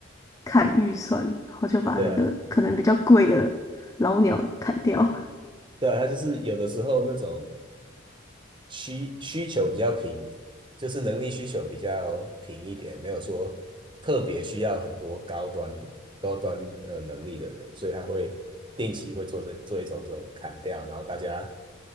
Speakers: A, on the left; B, on the right.
A: 砍预算，然后就把那个可能比较贵的老鸟砍掉。
B: 对啊，
A: <laughs>
B: 对啊，他就是有的时候那种需需求比较平，就是能力需求比较平一点，没有说特别需要很多高端高端呃能力的人，所以他会定期会做这做一种这种砍掉，然后大家